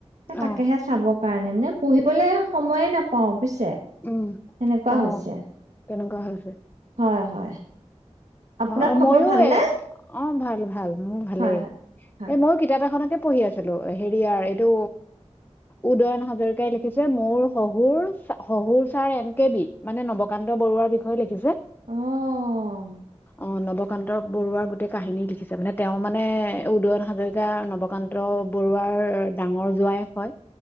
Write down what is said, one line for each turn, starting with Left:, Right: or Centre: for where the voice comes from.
Right: এ, তাকেহে
Left: অ
Right: চাব। কাৰণে মানে পঢ়িবলে সময়ে নাপাওঁ। বুজিছে,
Left: উম
Right: সেনেকুৱা
Left: অ
Right: হৈছে।
Left: তেনেকুৱা হৈছে
Right: হয় হয়। আপোনাৰ
Left: অ
Right: খবৰ
Left: মইয়ো
Right: ভালনে?
Left: এ অ ভাল ভাল, মোৰ ভালেই।
Right: হয়, হয়, হয়,
Left: এ ময়ো কিতাপ এখনকে। পঢ়ি আছিলো হেৰিয়াৰ এইটো উদয়ন হাজৰিকাই লিখিছে, মোৰ শহুৰ শহুৰ ছাৰ এন কে বি মানে, নৱকান্ত বৰুৱাৰ বিষয়ে লিখিছে।
Right: আহ।
Left: অ নৱকান্ত বৰুৱাৰ গোটেই কাহিনী লিখিছে, মানে তেওঁ মানে উদয়ন হাজৰিকা নৱকান্ত বৰুৱাৰ ডাঙৰ জোৱাই হয়।